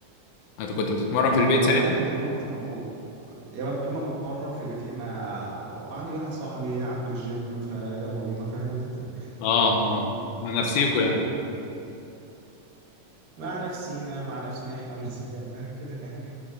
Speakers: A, on the left; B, on the right.
A: انت كنت بتتمرن في البيت
B: هو
A: ساعتها
B: انا كنت يا اما بتم... يا بت... يا اما بتمرن في البيت يا اما عندي واحد صاحبي عنده الجيم فيلا بينا فاهم انت
A: اه اه مع نفسيكوا يعني
B: مع نفسينا مع نفسينا احنا ونسينا <laughs> كده يعني